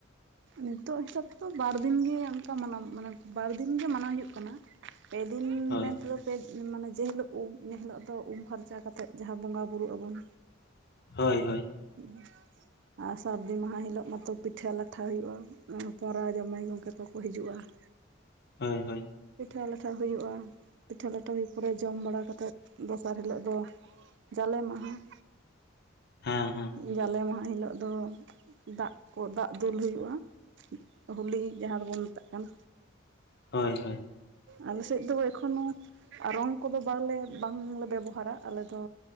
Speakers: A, on the right; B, on the left.
A: ᱱᱤᱛᱚᱜ ᱦᱤᱥᱟᱹᱵ ᱛᱮᱫᱚ ᱵᱟᱨ ᱫᱤᱱᱜᱮ ᱚᱱᱠᱟ ᱢᱟᱱᱟᱣ ᱢᱟᱱᱮ ᱵᱟᱨ ᱫᱤᱱᱜ ᱜᱮ ᱢᱟᱱᱟᱣ ᱦᱩᱭᱩᱜ ᱠᱟᱱᱟ᱾ ᱯᱮ ᱫᱤᱱ
B: ᱦᱳᱭ
A: ᱢᱮᱱ ᱛᱮᱫᱚ ᱯᱮ ᱢᱟᱱᱮ ᱡᱮ ᱦᱤᱞᱳᱜ ᱩᱢ ᱤᱱᱟᱹ ᱦᱤᱞᱳᱜ ᱫᱚ ᱩᱢ ᱯᱷᱟᱨᱪᱟ ᱠᱟᱛᱮᱫ ᱡᱟᱦᱟᱸ ᱵᱚᱸᱜᱟ ᱵᱩᱨᱩᱜ ᱟᱵᱚᱱ᱾
B: ᱦᱳᱭ ᱦᱳᱭ
A: <inaudible> ᱟᱨ ᱥᱟᱹᱨᱫᱤ ᱢᱟᱦᱟ ᱦᱤᱞᱚᱜ ᱢᱟᱛᱚ ᱯᱤᱴᱷᱟᱹ ᱞᱟᱴᱷᱟ ᱦᱩᱭᱩᱜᱼᱟ ᱦᱚᱯᱚᱸᱨᱟ ᱡᱟᱢᱟᱭ ᱜᱚᱝᱠᱮ ᱠᱚᱠᱚ ᱦᱤᱡᱩᱜᱼᱟ᱾ <inaudible>
B: ᱦᱳᱭ ᱦᱳᱭ
A: ᱯᱤᱴᱷᱟᱹ ᱞᱟᱴᱷᱟ ᱦᱩᱭᱩᱜᱼᱟ, ᱯᱤᱴᱷᱟᱹ ᱞᱟᱴᱷᱟ ᱦᱩᱭ ᱯᱚᱨᱮ ᱡᱚᱢ ᱵᱟᱲᱟ ᱠᱟᱛᱮᱫ ᱫᱚᱥᱟᱨ ᱦᱤᱞᱳᱜ ᱫᱚ ᱡᱟᱞᱮ ᱢᱟᱦᱟ᱾
B: ᱦᱮᱸ ᱦᱮᱸ
A: ᱡᱟᱞᱮ ᱢᱟᱦᱟ ᱦᱤᱞᱚᱜ ᱫᱚ ᱫᱟᱜ ᱠᱚ ᱫᱟᱜ ᱫᱩᱞ ᱦᱩᱭᱩᱜᱼᱟ ᱦᱩᱞᱤ ᱡᱟᱦᱟᱸ ᱫᱚᱵᱚᱱ ᱢᱮᱛᱟᱜ ᱠᱟᱱ
B: ᱦᱳᱭ ᱦᱳᱭ
A: ᱟᱞᱮ ᱥᱮᱫ ᱫᱚ ᱮᱠᱷᱚᱱᱳ ᱟᱨ ᱨᱚᱝ ᱠᱚᱫᱚ ᱵᱟᱝᱞᱮ ᱵᱟᱝᱞᱮ ᱵᱮᱵᱚᱦᱟᱨᱟ ᱟᱞᱮ ᱫᱚ